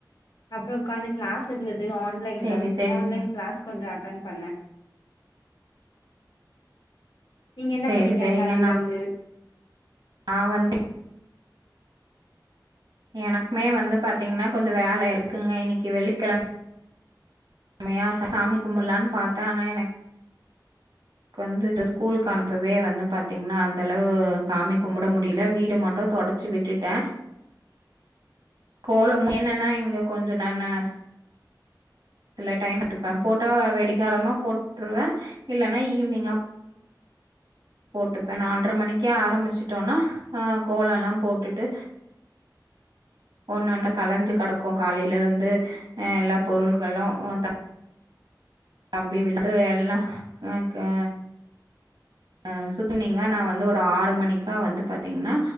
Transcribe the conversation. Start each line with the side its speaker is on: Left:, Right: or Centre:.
Left: அப்பற உட்காந்து கிளாஸ் இருந்தது ஆன்லைன்ல
Right: சரி சரிங்க
Left: ஆன்லைன் கிளாஸ் கொஞ்ச அட்டன் பண்ண நீங்க என்ன
Right: சரி
Left: பண்ணீங்க
Right: சரிங்க
Left: காலையில இருந்து
Right: நா வந்து எனக்குமே வந்து பாத்தீங்கன்னா கொஞ்ச வேல இருக்குங்க இன்னிக்கு வெள்ளிக்கிழம மையா சாமி கும்பிடலான்னு பாத்த ஆனா எனக்கு வந்து ஸ்கூலுக்கு அனுப்பவே வந்து பாத்தீங்கன்னா அந்த அளவு சாமி கும்புட முடில வீடு மட்டு தோடச் சி விட்டுட்ட கோலமு என்னன்னா இங்க கொஞ்ச ந ந இல டைம் எத்துபே போட்டா வெடிகாலமா போட்டுருவ இல்லனா ஈவினிங்கா போட்டுப்ப நால்ர மணிக்கே ஆரம்பிச்சுட்டோனா அ கோலல்லா போட்டுட்டு ஒன்னு ஒன்னு கலைஞ்சு கடக்கு காலையில இருந்து எல்லா பொருள்களு த தம்பி விழுத்து எல்லா க அ சுத்தனீங்க நா வந்து ஒரு ஆறு மணிக்கா வந்து பாத்தீங்கன்னா